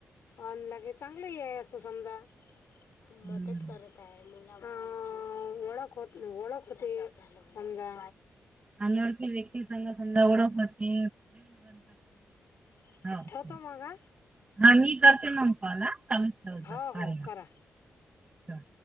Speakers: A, on the left (about 65°); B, on the right (about 25°).
A: आ लगे चांगली आहे असं असं समजा
B: हम्म.
A: मदत करत आहे म्हणू हां ओळख हो ओळखते समजा.
B: अनोळखी व्यक्ती संग समजा ओळख होते,
A: <unintelligible>
B: हा हो
A: ठेवतो मग
B: मी करते. <unintelligible> होत जा
A: हा हो
B: पाले
A: हो करा
B: आ चल